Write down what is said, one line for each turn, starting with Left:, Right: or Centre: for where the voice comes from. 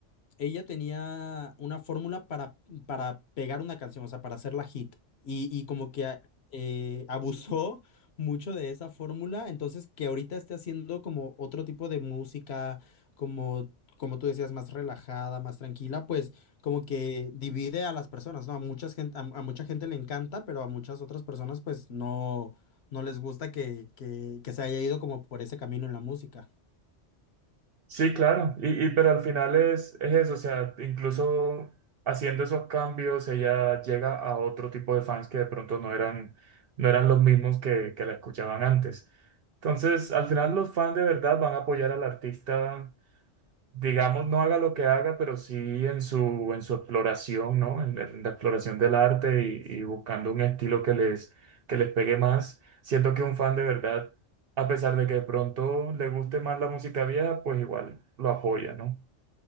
Left: ella tenía una fórmula para, para pegar una canción, o sea, para hacerla hit. Y, y como que a- eh, abusó mucho de esa fórmula, entonces que ahorita esté haciendo como otro tipo de música, como, como tú decías, más relajada, más tranquila, pues como que divide a las personas, ¿no? A mucha gente, a, a mucha gente le encanta, pero a muchas otras personas pues no, no les gusta que, que, que se haya ido como por ese camino en la música.
Right: Sí, claro, y, y- pero al final es, es eso, o sea, incluso haciendo esos cambios ella llega a otro tipo de fans que de pronto no eran, no eran los mismos que, que la escuchaban antes. Entonces, al final los fans de verdad van a apoyar al artista digamos, no haga lo que haga, pero sí en su, en su exploración, ¿no? En, en la exploración del arte y, y buscando un estilo que les, que les pegue más. Siento que un fan de verdad, a pesar de que de pronto le guste más la música vieja, pues igual lo apoya, ¿no?